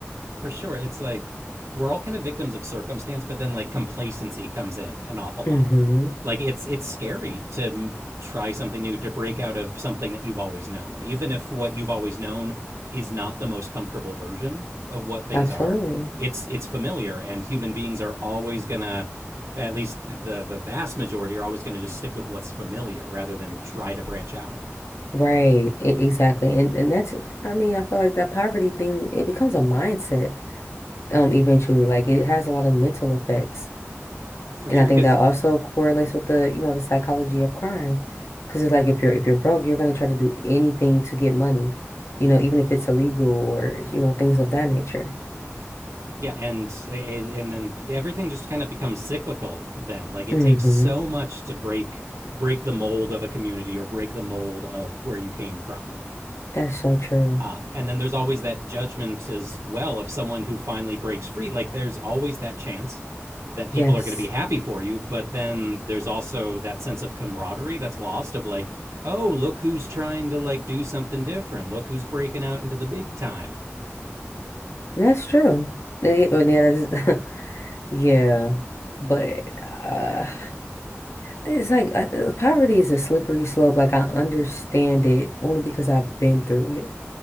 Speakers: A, on the right; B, on the left.
A: For sure. It's like we're all kind of victims of circumstance, but then like complacency comes in an awful
B: Mm-hmm.
A: lot. Like it's it's scary to try something new, to break out of something that you've always known, even if what you've always known is not the most comfortable version of what things
B: Absolutely.
A: are. It's it's familiar, and human beings are always gonna, at least the the vast majority are always gonna just stick with what's familiar rather than try to branch out
B: Right, e- exactly. And and that's I mean, I feel like that poverty thing, it becomes a mindset um eventually. Like it has a lot of mental effects.
A: for
B: And
A: sure.
B: I think
A: Because
B: that also correlates with the, you know, the psychology of crime. Because it's like if you're if you're broke, you're gonna try to do anything to get money, you know, even if it's illegal or, you know, things of that nature.
A: Yeah, and and then everything just kind of becomes cyclical. Then, like it
B: hmm
A: takes so much to break break the mold of a community or break the mold of where you came from.
B: That's so true.
A: Um, and then there's always that judgment as well of someone who finally breaks free. Like there's always that chance that
B: Yes.
A: people are going to be happy for you, but then there's also that sense of camaraderie that's lost of like, oh, look who's trying to like do something different. Look who's breaking out into the big time.
B: that's true. Yeah, yeah, yeah, that's, <laughs> yeah. But uh, it's like uh, poverty is a slippery slope. Like I understand it only because I've been through it.